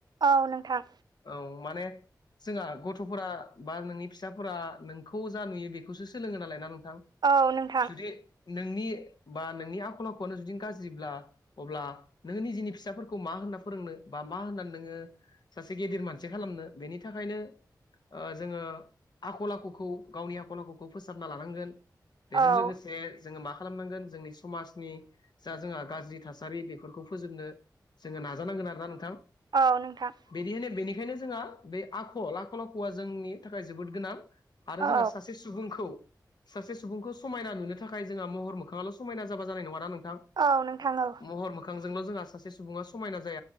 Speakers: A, on the right; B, on the left.
A: औ नोंथां।
B: औ माने जोंहा गथ'फोरा बा नोंनि फिसाफोरा नोंखौ जा नुयो बेखौसो सोलोङो नालाय ना नोंथां?
A: औ नोंथां
B: जुदि नोंनि बा नोंनि आखल आखुआनो जुदि गाज्रिब्ला अब्ला नों निजिनि फिसाफोर खौ मा होनना फोरोंनो बा मा होनना नोङो सासे गेदेर मानसि खालामनो बेनि थाखायनो ओ जोङो आखल आखुखौ गावनि आखल आखुखौ फोसाबना लानांगोन। बेजों
A: औ
B: लोगोसे जोङो मा खालामनांगोन जोंनि समाजनि जा जोंहा गाज्रि थासारि बेफोरखौ फोजोबनो जोङो नाजानांगोन आरोना नोंथां।
A: औ नोंथां
B: बिनिखायनो बेनिखायनो जोंहा बे आखल आखल आखुआ जोंनि थाखाय जोबोद गोनां। आरो
A: औ
B: जोंहा सासे सु बुंखौ सासे सुबुंखौ समायना नुनो थाखाय जोंहा महर मोखाङाल' समायना जाबा जानाय नङाना नोंथां?
A: औ नोंथां औ
B: महर मोखांजोंल' जों सासे सुबा समायना